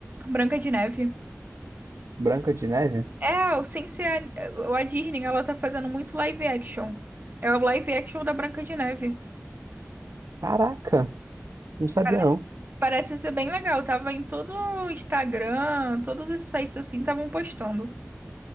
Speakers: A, on the right; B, on the right.
A: Branca de Neve.
B: Branca de Neve?
A: É, o- sem ser a, a Disney, ela tá fazendo muito live action. É o live action da Branca de Neve.
B: Caraca, não sabia
A: Parece,
B: não.
A: parece ser bem legal. Tava em todo o Instagram, todos esses sites assim estavam postando.